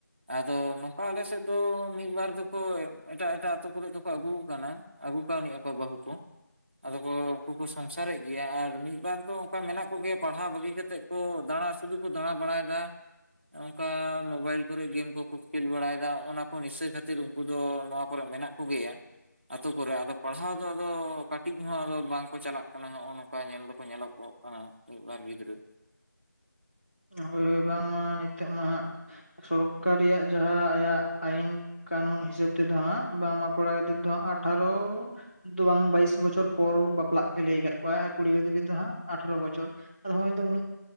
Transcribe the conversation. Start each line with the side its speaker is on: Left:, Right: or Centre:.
Right: ᱟᱫᱚ ᱱᱚᱝᱠᱟ ᱟᱞᱮ ᱥᱮᱫ ᱫᱚ ᱢᱤᱫ ᱵᱟᱨ ᱫᱚᱠᱚ ᱮᱴᱟᱜ ᱮᱴᱟᱜ ᱟᱛᱳ ᱠᱚᱨᱮ ᱫᱚᱠᱚ ᱟᱹᱜᱩ ᱟᱠᱟᱱᱟ ᱟᱹᱜᱩ ᱠᱟᱣᱱᱤᱡ ᱟᱠᱚ ᱵᱟᱹᱦᱩ ᱠᱚᱼᱼ ᱟᱫᱚ ᱠᱚ ᱩᱱᱠᱩ ᱠᱚ ᱥᱚᱝᱥᱟᱨ ᱮᱫ ᱜᱮᱭᱟ ᱟᱨ ᱢᱤᱫ ᱵᱟᱨ ᱫᱚ ᱚᱱᱠᱟ ᱢᱮᱱᱟᱜ ᱠᱚ ᱜᱮᱭᱟ ᱯᱟᱲᱦᱟᱣ ᱵᱟᱹᱜᱤ ᱠᱟᱛᱮᱫ ᱠᱚ ᱫᱟᱬᱟᱼᱼ ᱥᱩᱫᱩ ᱠᱚ ᱫᱟᱬᱟ ᱵᱟᱲᱟᱭ ᱮᱫᱟ <unintelligible> ᱚᱱᱠᱟ ᱢᱳᱵᱟᱭᱤᱞ ᱠᱚᱨᱮ ᱜᱮᱢ ᱠᱚᱠᱚ ᱠᱷᱮᱞ ᱵᱟᱲᱟᱭ ᱮᱫᱟ ᱚᱱᱟ ᱠᱚ ᱱᱤᱥᱟᱹ ᱠᱷᱟᱹᱛᱤᱨ ᱩᱱᱠᱩ ᱫᱚ ᱱᱚᱣᱟ ᱠᱚᱨᱮᱜ ᱢᱮᱱᱟᱜ ᱠᱚ ᱜᱮᱭᱟ ᱟᱹᱛᱩ ᱠᱚᱨᱮ ᱟᱫᱚ ᱯᱟᱲᱦᱟᱣ ᱫᱚ ᱟᱫᱚ <unintelligible> ᱠᱟᱹᱴᱤᱡ ᱦᱚᱸ ᱟᱫᱚ ᱵᱟᱝ ᱠᱚ ᱪᱟᱞᱟᱜ ᱠᱟᱱᱟ ᱦᱚᱸᱜᱼᱚ ᱱᱚᱝᱠᱟ ᱧᱮᱞ ᱫᱚᱠᱚ ᱧᱮᱞᱚᱜᱚᱜ ᱠᱟᱱᱟ ᱢᱤᱫ ᱵᱟᱨ ᱜᱤᱫᱽᱨᱟᱹ
Left: ᱦᱳᱭ ᱦᱳᱭ ᱵᱟᱝᱢᱟ ᱱᱤᱛᱚᱜ ᱢᱟ ᱦᱟᱸᱜ, ᱥᱚᱨᱠᱟᱨᱤᱭᱟᱜ ᱡᱟᱦᱟᱸ ᱟᱭᱟᱜ ᱟᱭᱤᱱ ᱠᱟᱱᱩᱱ ᱦᱤᱥᱟᱹᱵ ᱛᱮᱫᱚ ᱦᱟᱸᱜ, ᱵᱟᱝᱢᱟ ᱠᱚᱲᱟ ᱜᱤᱫᱟᱹᱨ ᱫᱚ ᱦᱟᱸᱜ ᱟᱴᱷᱟᱨᱚ ᱫᱚ ᱵᱟᱝ ᱵᱟᱭᱤᱥ ᱵᱚᱪᱷᱚᱨ ᱯᱚᱨ ᱵᱟᱯᱞᱟᱜ ᱠᱚᱭ ᱞᱟᱹᱭ ᱠᱟᱫ ᱠᱚᱣᱟ ᱟᱨ ᱠᱩᱲᱤ ᱜᱤᱫᱽᱨᱟᱹ ᱫᱚ ᱦᱟᱸᱜ ᱟᱴᱷᱨᱚ ᱵᱚᱪᱷᱚᱨ, ᱟᱫᱚ ᱦᱚᱸᱜ-ᱚᱭ ᱛᱚ